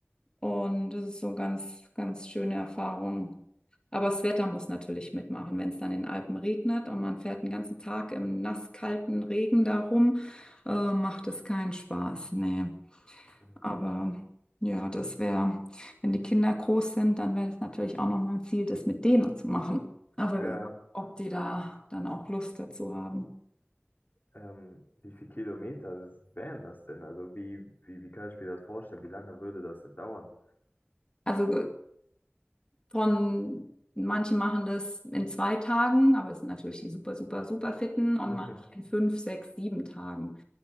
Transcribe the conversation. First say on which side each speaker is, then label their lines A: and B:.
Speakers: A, on the left; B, on the left.
A: Und das ist so ganz, ganz schöne Erfahrung. Aber das Wetter muss natürlich mitmachen. Wenn es dann in den Alpen regnet und man fährt den ganzen Tag im nasskalten Regen da rum, äh, macht es keinen Spaß. Nee.
B: Mhm.
A: Aber ja, das wäre, wenn die Kinder groß sind, dann wäre das natürlich auch nochmal ein Ziel, das mit denen zu machen. Aber
B: Ja,
A: wer weiß, ob die da dann auch Lust dazu haben.
B: ähm, wie viele Kilometer wären das denn? Also wie, wie, wie kann ich mir das vorstellen? Wie lange würde das denn dauern?
A: Also von manche machen das in zwei Tagen, aber es sind natürlich die super, super, super fitten und
B: Mhm.
A: manche in fünf, sechs, sieben Tagen.